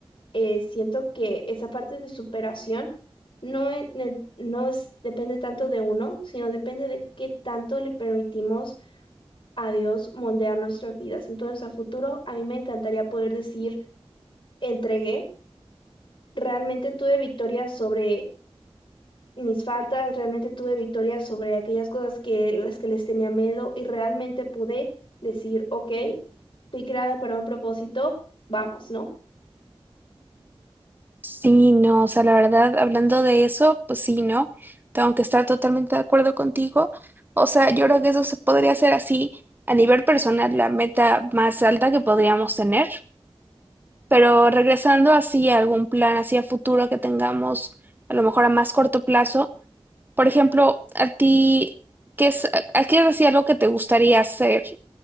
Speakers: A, on the left (about 55°); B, on the right (about 20°).
A: eh, siento que esa parte de superación no, e- ne- no es, depende tanto de uno, sino depende de qué tanto le permitimos a Dios moldear nuestras vidas. Entonces, a futuro, a mí me encantaría poder decir, entregué, realmente tuve victoria sobre mis faltas, realmente tuve victoria sobre aquellas cosas que las que les tenía miedo y realmente pude decir, ok, fui creada para un propósito, vamos, ¿no?
B: Sí, no, o sea, la verdad, hablando de eso, pues sí, ¿no? Tengo que estar totalmente de acuerdo contigo. O sea, yo creo que eso se podría hacer así, a nivel personal, la meta más alta que podríamos tener. Pero regresando así a algún plan, así a futuro que tengamos, a lo mejor a más corto plazo. Por ejemplo, a ti, ¿qué es, a qué es así algo que te gustaría hacer